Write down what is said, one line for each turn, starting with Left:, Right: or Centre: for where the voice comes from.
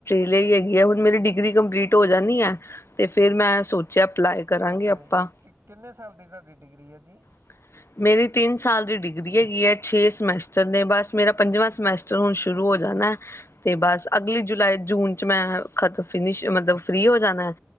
Left: ਲਈ ਹੈਗੀ ਹੈ ਹੁਣ ਮੇਰੀ ਡਿਗਰੀ ਕੰਪਲੀਟ ਹੋ ਜਾਣੀ ਹੈ ਤੇ ਫੇਿਰ ਮੈਂ ਸੋਚਿਆ ਅਪਲਾਈ ਕਰਾਂਗੇ
Right: ਅੱਛਾ
Left: ਆਪਾਂ
Right: ਜੀ ਕਿ ਕਿੰਨੇ ਸਾਲ ਦੀ ਤੁਹਾਡੀ ਡਿਗਰੀ ਹੈ ਜੀ
Left: <unintelligible> ਮੇਰੀ ਤਿੰਨ ਸਾਲ ਦੀ ਡਿਗਰੀ ਹੈਗੀ ਹੈ ਛੇ ਸਮੈਸਟਰ ਨੇ ਬਸ ਮੇਰਾ ਪੰਜਵਾਂ ਸਮੈਸਟਰ ਹੁਣ ਸ਼ੁਰੂ ਹੋ ਜਾਣਾ ਅਤੇ ਬਸ ਅਗਲੀ ਜੁਲਾਈ ਜੂਨ ਮੈਂ ਖਤ ਫਿਨਿਸ਼ ਮਤਲਬ ਫਰੀ ਹੋ ਜਾਣਾ ਹੈ